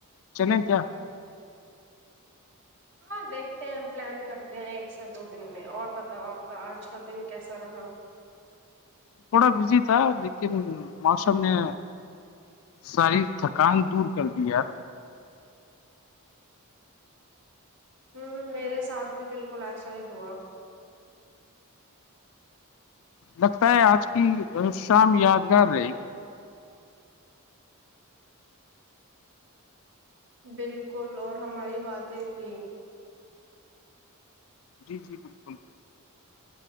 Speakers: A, on the left; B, on the right.
A: چلے کیا
B: ہاں دیکھتے ہیں پلان کرتے ہیں ایک سے دو دن میں اور بتاؤ آپ کا آج کا دن کیسا رہا
A: تھوڑا بزی تھا لیکن موسم نے ساری تھکان دور کردی یار
B: ہمم میرے ساتھ بھی بالکل ایسا ہی ہوا
A: لگتا ہے آج کی شام یادگار رہے گی
B: بالکل اور ہماری باتیں کی
A: جی جی بالکل